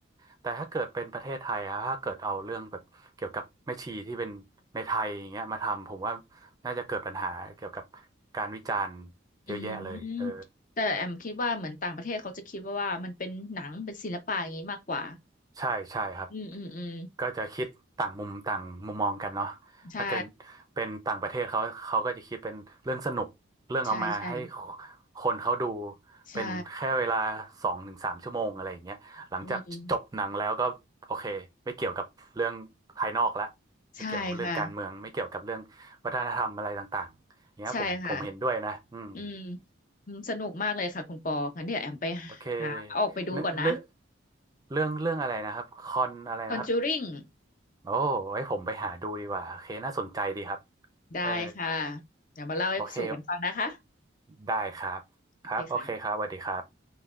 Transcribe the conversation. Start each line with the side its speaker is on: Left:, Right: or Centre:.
Right: แต่ถ้าเกิดเป็นประเทศไทยอะถ้าเกิดเอาเรื่องแบบเกี่ยวกับแม่ชีที่เป็นในไทยอย่างเงี้ยมาทำผมว่าน่าจะเกิดปัญหาเกี่ยวกับการวิจารณ์เยอะแยะเลยเออ
Left: อืมแต่แอมคิดว่าเหมือนต่างประเทศเขาจะคิดว่าว่ามันเป็นหนังเป็นศิลปะอย่างนี้มากกว่า
Right: ใช่ใช่ครับ
Left: อืมอืมอืม
Right: ก็จะคิดต่างมุมต่างมุมมองกันเนาะถ้าเกิด
Left: ใช่
Right: เป็นต่างประเทศเขาเขาก็จะคิดเป็นเรื่องสนุกเรื่องเอามาให้
Left: ใช่ใช่
Right: คนเขาดู
Left: ใช่
Right: เป็นแค่เวลาสองถึงสามชั่วโมงอะไรอย่างเงี้ยหลังจากจบหนังแล้วก็โอเคไม่เกี่ยวกับเรื่องภายนอกละ
Left: อืม
Right: ไม่เกี่ยวกับเรื่องการเมืองไม่เกี่ยวกับเรื่องวัฒนธรรมอะไรต่างๆอย่างเงี้ยผมผมเห็นด้วยนะอืม
Left: ใช่ค่ะใช่ค่ะอืมอืมสนุกมากเลยค่ะคุณปองั้นเดี๋ยวแอมไป
Right: โอเค
Left: หาออกไปดูก่อนนะ
Right: เนื้อเรื่องเรื่องเรื่องอะไรนะครับคอนอะไรนะครับ
Left: Conjuring
Right: โอ้ไว้ผมไปหาดูดีกว่าโอเคน่าสนใจดีครับ
Left: ได้ค่ะ
Right: เออ
Left: เดี๋ยวมาเล่าให้สู่กันฟังนะคะ
Right: โอเค ได้ครับ
Left: โอเคค่ะ
Right: ครับ โอเคครับสวัสดีครับ